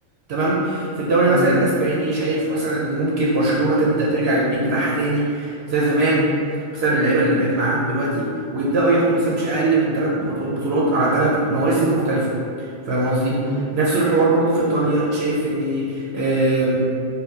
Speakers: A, on the right; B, on the left.
A: تمام في الدوري مثلا
B: مم.
A: الاسباني
B: مم.
A: شايف مثلا ان ممكن برشلونه تبدا ترجع للبيك بتاعها تاني زي زمان
B: مم.
A: بسبب اللعيبه اللي بقت معاهم دلوقتي ويبداوا ياخدوا مثلا مش اقل من ثلاث بطولات على ثلاث مواسم مختلفه فاهم قصدي
B: مم.
A: نفس الحوار برضو في ايطاليا شايف ان آم،